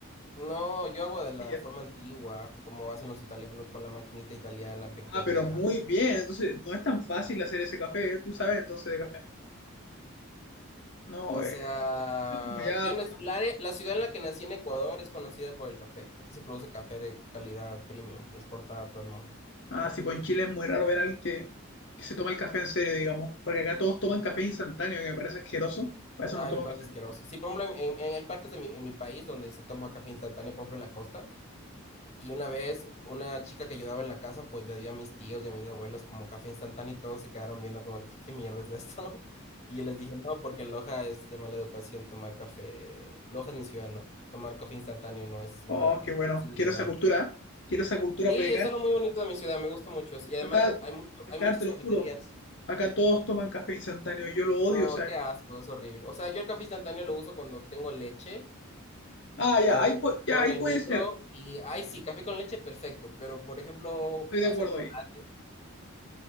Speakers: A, on the left; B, on the left.
A: No, yo hago de la
B: pastillas.
A: forma antigua, como hacen los italianos con la maquinita italiana pequeña.
B: Ah, pero muy bien. Entonces, no es tan fácil hacer ese café. ¿eh? Tú sabes entonces de café. No,
A: O
B: eh,
A: sea,
B: eso es como ya
A: yo nac-
B: más.
A: la, área- la ciudad en la que nací en Ecuador es conocida por el café. Aquí se produce café de calidad premium que exporta a todo el mundo.
B: Ah, sí, pues en Chile es muy raro ver a alguien que, que se toma el café en serio, digamos. Porque acá todos toman café instantáneo, que me parece asqueroso. Para eso
A: Ay,
B: no tomo.
A: me parece
B: café.
A: asqueroso. Sí, por ejemplo, en- en- en- hay partes de mi, en mi país donde se toma café instantáneo, por ejemplo, en la costa. Y una vez, una chica que ayudaba en la casa, pues le dio a mis tíos y a mis abuelos como café instantáneo y todos se quedaron viendo como, ¿qué, qué mierda es esto? <laughs> Y yo les dije, no, porque en Loja es de mala educación tomar café. Loja es mi ciudad, ¿no? Tomar café instantáneo no es
B: Oh,
A: una
B: qué bueno.
A: posibilidad.
B: Quiero esa cultura. ¿eh? Quiero esa cultura
A: Sí,
B: porque acá,
A: es algo muy bonito de mi ciudad, me gusta mucho eso. Y además
B: acá,
A: eh, hay mucho,
B: acá
A: hay muchas
B: te lo
A: cafeterías.
B: juro. Acá todos toman café instantáneo. y Yo lo odio.
A: No,
B: O sea,
A: qué asco, es horrible. O sea, yo el café instantáneo lo uso cuando tengo leche
B: ah, ya,
A: y a la
B: ahí,
A: leche
B: pu-
A: la
B: ya,
A: pongo
B: ahí
A: en el
B: puede
A: micro
B: ser.
A: y, ay, sí, café con leche, perfecto. Pero, por ejemplo,
B: Estoy de
A: hacerte
B: acuerdo ahí.
A: un latte,